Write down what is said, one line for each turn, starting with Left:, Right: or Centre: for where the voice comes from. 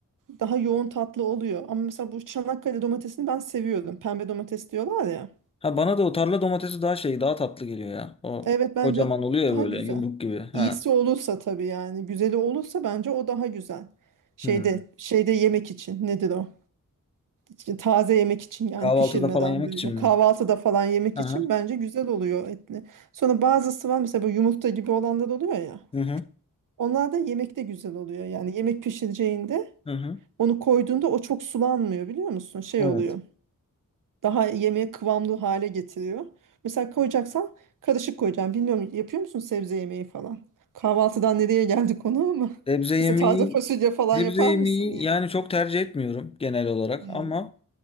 Right: daha yoğun tatlı oluyor. Ama mesela bu Çanakkale domatesini ben seviyorum. Pembe domates diyorlar ya.
Left: Ha bana da o tarla domatesi daha şey, daha tatlı geliyor ya. O
Right: Evet bence
Left: kocaman oluyor ya
Right: daha
Left: böyle
Right: güzel.
Left: yumruk gibi. Ha.
Right: İyisi olursa tabii yani güzeli olursa bence o daha güzel. Şeyde
Left: Hı.
Right: şeyde yemek için nedir o? İşte Taze yemek için yani
Left: Kahvaltıda
Right: pişirmeden
Left: falan yemek
Right: böyle
Left: için
Right: kahvaltıda
Left: mi?
Right: falan yemek
Left: Aha.
Right: için bence güzel oluyor etli. Sonra bazısı var mesela bu yumurta gibi olanlar oluyor ya.
Left: Hı hı.
Right: Onlar da yemekte güzel oluyor. Yani yemek pişireceğinde
Left: Hı hı.
Right: onu koyduğunda o çok sulanmıyor biliyor musun? Şey
Left: Evet.
Right: oluyor daha yemeğe kıvamlı hale getiriyor. Mesela koyacaksan karışık koyacağım. Bilmiyorum yapıyor musun sebze yemeği falan? Kahvaltıdan nereye geldi konu ama.
Left: Sebze
Right: <laughs>
Left: yemeği
Right: Mesela taze fasulye falan
Left: sebze
Right: yapar
Left: yemeği
Right: mısın? Ya?
Left: yani çok tercih etmiyorum genel olarak
Right: Hmm.
Left: ama